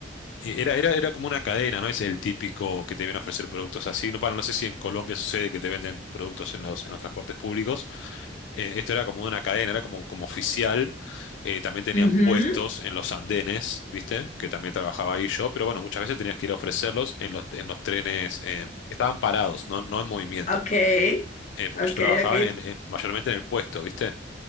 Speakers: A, on the left (about 80°); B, on the left (about 40°).
A: y Era, era, era como una cadena, ¿no? Es el típico que te viene a ofrecer productos así. No, bueno, no sé si en Colombia sucede que te venden productos en los, en los transportes públicos. Eh, esto era como una cadena, era como, como oficial. Eh, también tenían
B: Ujú.
A: puestos en los andenes, ¿viste? Que también trabajaba ahí yo. Pero bueno, muchas veces tenías que ir a ofrecerlos en los, en los trenes eh, que estaban parados, no, no en movimiento.
B: Ok,
A: Eh, porque
B: ok,
A: yo trabajaba
B: ok.
A: en, en- mayormente en el puesto, ¿viste?